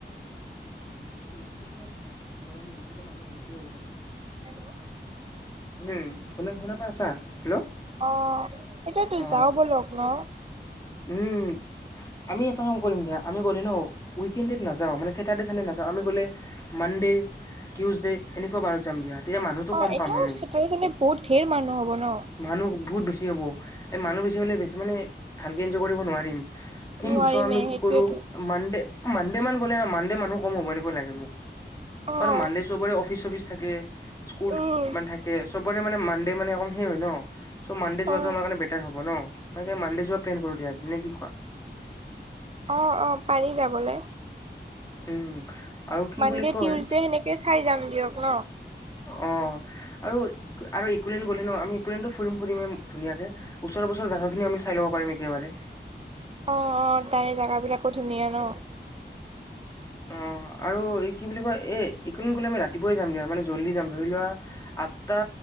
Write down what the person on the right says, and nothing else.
হেল্ল'।
অ এতিয়া তো
যাও বল'ক না
অ
এনেও
চেটাৰডে চানডে বহুত ধেৰ মানুহ হ'ব ন
নোৱাৰিমে
সেইটোৱেতো
অ
উম
অ
অহ অহ‌ পাৰি যাবলৈ।
মানডে
টিউচডে সেনেকে চাই যাম দিয়ক ন।
অ অ তাৰে জাগা বিলাকো ধুনীয়া ন। <inaudible>